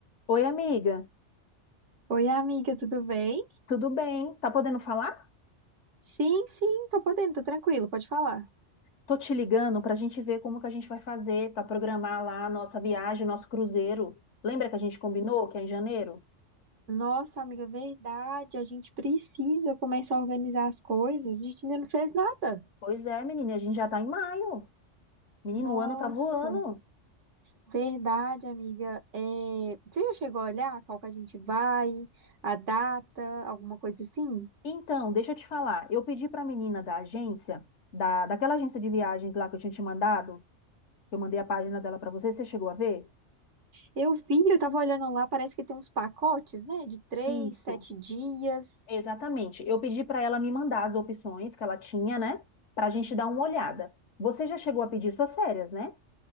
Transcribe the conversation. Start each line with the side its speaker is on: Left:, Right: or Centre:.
Left: Oi, amiga,
Right: Oi, amiga, tudo bem?
Left: tudo bem? Tá podendo falar?
Right: Sim, sim, tô podendo, tô tranquilo, pode falar.
Left: Tô te ligando pra gente ver como que a gente vai fazer pra programar lá a nossa viagem, o nosso cruzeiro. Lembra que a gente combinou que é em janeiro?
Right: Nossa, amiga, verdade, a gente precisa começar a organizar as coisas, a gente ainda não fez nada.
Left: Pois é, menina, a gente já tá em maio. Menino,
Right: Nossa,
Left: o ano tá voando.
Right: verdade, amiga. É, Você já chegou a olhar qual que a gente vai, a data, alguma coisa assim?
Left: Então, deixa eu te falar. Eu pedi pra menina da agência, da, daquela agência de viagens lá que eu tinha te mandado, que eu mandei a página dela pra você, você chegou a ver?
Right: Eu vi, eu tava olhando lá, parece que tem uns pacotes, né, de três,
Left: Isso.
Right: sete dias.
Left: Exatamente. Eu pedi para ela me mandar as opções que ela tinha, né? Para a gente dar uma olhada. Você já chegou a pedir suas férias, né?